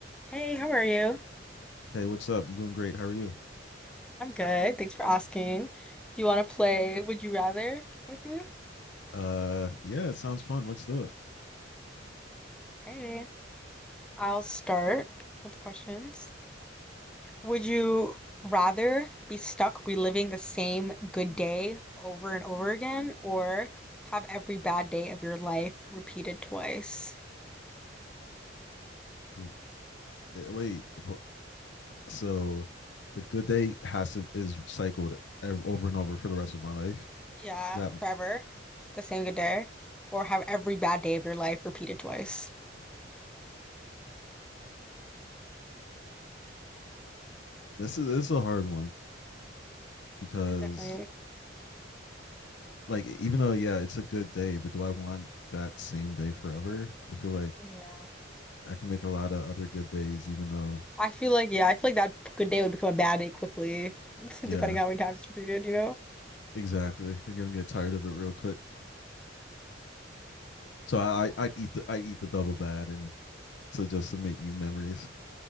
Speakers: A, in the centre; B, on the left.
A: Hey, how are you?
B: Hey, what's up? I'm doing great. How are you?
A: I'm good. Thanks for asking. Do you want to play Would You Rather with me?
B: Uh, yeah, it sounds fun. Let's do it.
A: Hey, I'll start with the questions. Would you rather be stuck reliving the same good day over and over again or have every bad day of your life repeated twice?
B: W- eh, Wait, wh- so the good day has to is cycled ev- over and over for the rest of my life.
A: Yeah,
B: That
A: forever. The same good day. Or have every bad day of your life repeated twice.
B: this is this is a hard one because
A: De- Definitely.
B: like even though yeah, it's a good day, but do I want that same day forever? I feel like
A: Yeah.
B: I can make a lot of other good days, even though
A: I feel like yeah, I feel like that good day would become a bad day quickly, <laughs>
B: yeah,
A: depending on how many times it's repeated, you know?
B: exactly. You're gonna get tired of it real quick. So I
A: Yeah.
B: I- I'd eat the I'd eat the double bad and to just to make new memories.